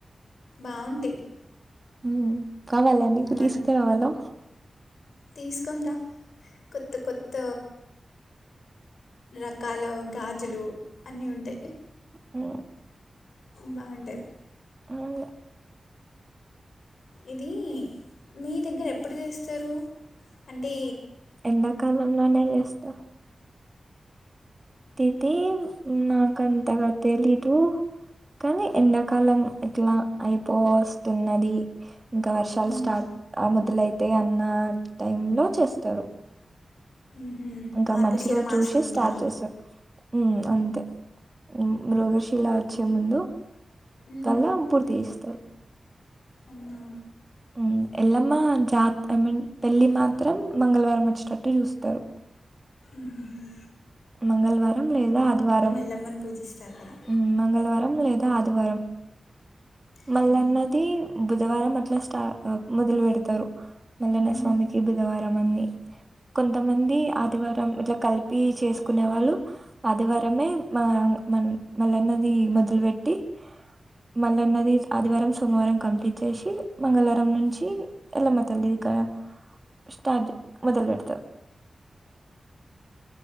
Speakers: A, on the left; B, on the right.
A: బాగుంటాయి
B: హమ్ కావాలా నీకు
A: మన్
B: తీసుకరావాలా
A: తీసుకొని రా కొత్త కొత్త రకాలో గాజులు అన్నీ ఉంటయ్
B: ఆ
A: బావుంటది
B: అను
A: ఇదీ మీ దగ్గర ఎప్పుడు చేస్తరూ అంటీ
B: ఎండాకాలంలోనే చేస్తార్ తిదీ నాకంతగ తెలీదు కాని ఎండాకాలం ఇట్ల అయిపోవస్తున్నది ఇంక వర్షాలు
A: మ్మ్.
B: స్టార్ట్ ఆ మొదలై తేయ్ అన్నా టైమ్ లో చేస్తరు
A: మ్హూ.
B: ఇంక
A: మార్గశిర
B: మంచి రోజు
A: మాసం
B: జుసి
A: ఉందా
B: స్టార్ట్ చేస్తర్ హమ్ అంతే మృగశిలా ఒచ్చే ముందు
A: మ్మ్.
B: తల్లం పుడ్ థిస్ తరు
A: అవునా
B: హమ్ ఎల్లమ్మా జాత్ ఐ మిన్ పెళ్ళి మాత్రం మంగళవారం ఒచ్చేటట్టు చూస్తరు
A: మ్హుహు
B: మంగళవారం లేదా ఆదివారం
A: ఎల్లమ్మని పూజిస్తారు కదా
B: హమ్ మంగళవారం లేదా ఆదివారం మల్లన్నది
A: అవునా
B: బుధవారం అట్ల స్టా అ మొదల్ వెడ్తరు మల్లన్న
A: ఉమ్.
B: స్వామికి బుధవారం అన్ని కొంతమంది ఆదివారం ఇట్ల కల్ప్ పీ చేస్కూనే వాళ్ళు ఆదివారమే మ మన్ మల్లన్నది మొదలు వెట్టి మల్లన్నది ఆదివారం, సోమవారం కంప్లీట్ జేశి మంగళారం నుంచి ఎల్లమ్మ తల్లి గా స్టార్ట్ మొదలు వెడ్తర్